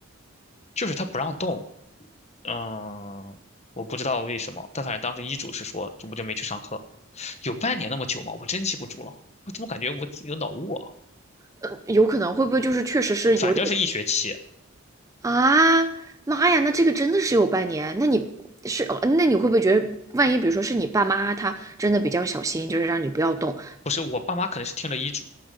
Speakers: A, on the left; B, on the right.
A: 就是他不让动，嗯，我不知道为什么，但反正当时医嘱是说，我就没去上课，有半年那么久吗？我真记不住了，我怎么感觉我有脑雾啊？
B: 呃，有可能会不会就是确实是有点
A: 反正是一学期，
B: 啊？妈呀，那这个真的是有半年？那你是哦那你会不会觉得，万一比如说是你爸妈他真的比较小心，就是让你不要动，
A: 不是我爸妈肯定是听了医嘱，